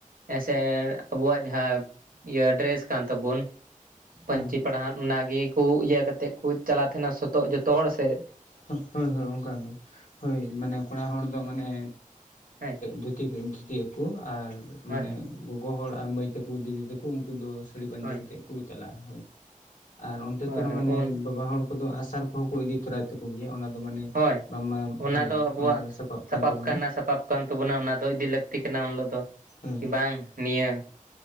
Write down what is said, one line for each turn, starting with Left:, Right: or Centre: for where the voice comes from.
Right: ᱦᱮᱸᱥᱮ ᱟᱵᱚᱣᱟᱼᱜ ᱡᱟᱦᱟᱸ ᱤᱭᱟᱹ ᱰᱨᱮᱥ ᱠᱟᱱ ᱛᱟᱹᱵᱩᱱ᱾ ᱯᱟᱹᱧᱪᱤ
Left: ᱦᱳᱭ
Right: ᱯᱟᱲᱦᱟ ᱚᱱᱟ ᱜᱮᱠᱚᱸ ᱤᱭᱟᱹ ᱠᱟᱛᱮᱫ ᱠᱚ ᱪᱟᱞᱟᱼᱜ ᱛᱟᱦᱮᱱᱟ ᱥᱚᱛᱚ ᱡᱚᱛᱚ ᱦᱚᱲ ᱥᱮᱫ᱾
Left: ᱦᱳᱭ ᱦᱳᱭ ᱚᱱᱠᱟᱜᱮ ᱦᱳᱭ ᱢᱟᱱᱮ ᱠᱚᱲᱟ ᱦᱚᱲ ᱫᱚ ᱢᱟᱱᱮᱼᱼ
Right: ᱦᱮᱸ ᱦᱳᱭ
Left: ᱫᱷᱩᱛᱤᱜ ᱟᱠᱚᱸ ᱟᱨ ᱢᱟᱱᱮ
Right: ᱦᱳᱭ
Left: ᱜᱚᱜᱚ ᱦᱚᱲ ᱟᱨ ᱢᱟᱹᱭ ᱛᱟᱠᱚ ᱫᱤᱫᱤ ᱛᱟᱹᱠᱚᱸᱼᱼ ᱩᱱᱠᱩ ᱥᱟᱹᱲᱤ ᱵᱟᱸᱡᱮ
Right: ᱦᱳᱭ
Left: ᱠᱟᱹᱛᱮ ᱠᱚ ᱪᱟᱞᱟᱜᱼᱟ ᱦᱳ ᱟᱨ ᱚᱱᱛᱮ
Right: ᱦᱳᱭ
Left: ᱛᱚᱨᱟ
Right: ᱦᱳᱭ
Left: ᱢᱟᱱᱮ
Right: ᱦᱳᱭ
Left: ᱵᱟᱵᱟ ᱦᱚᱲᱼᱼ ᱫᱚ ᱟᱥᱟᱨ ᱠᱚᱦᱚᱸ ᱠᱚ ᱤᱫᱤᱼᱼ ᱛᱚᱨᱟᱭ ᱛᱟᱠᱚ ᱜᱮᱭᱟ ᱚᱱᱟ ᱫᱚ ᱢᱟᱹᱱᱮ
Right: ᱦᱳᱭ
Left: ᱵᱟᱝ
Right: ᱚᱱᱟ
Left: ᱦᱳᱭ
Right: ᱫᱚ ᱟᱵᱚᱣᱟᱜ
Left: ᱚᱱᱟ ᱠᱚᱫᱚᱸ ᱥᱟᱯᱟᱵ ᱠᱟᱱ ᱛᱟᱹᱵᱚᱱᱟ᱾
Right: ᱠᱟᱱᱟ ᱥᱟᱯᱟᱵ ᱠᱟᱱ ᱛᱟᱹᱵᱚᱱᱟᱹ ᱚᱱᱟ ᱫᱚ ᱤᱫᱤ ᱞᱟᱹᱠᱛᱤ ᱠᱟᱱᱟ ᱩᱱ ᱦᱤᱞᱳᱜ ᱫᱚ᱾
Left: ᱦᱩᱸ
Right: ᱵᱟᱝ ᱱᱤᱭᱟᱹᱼᱼ